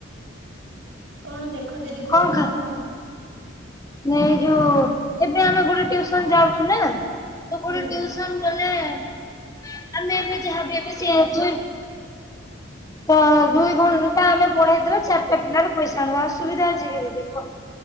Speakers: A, on the right; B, on the left.
A: କଣ ଦେଖ ଦିଦି କହୁଥିଲୁ
B: କଣ ଖା
A: କହ
B: ଏଇ ଯୋଉ ଏବେ ଆମେ ଗୋଟେ ଟିଉସନ ଯାଉଛୁ ନା ତ ଗୋଟେ
A: ହୁଁ
B: ଗଲେ ଆମେ ଏବେ ଯାହାଵି ଏବେ ସେ ଏଛୁ ତ ଦୁଇ ଘଣ୍ଟା ଆମେ ପଢେଇଦବା ଚାରିଟା ପିଲାର ପଇସା ଆଣିବା ଆଉ ସୁବିଧା ଅଛି କି ଦିଦି କହ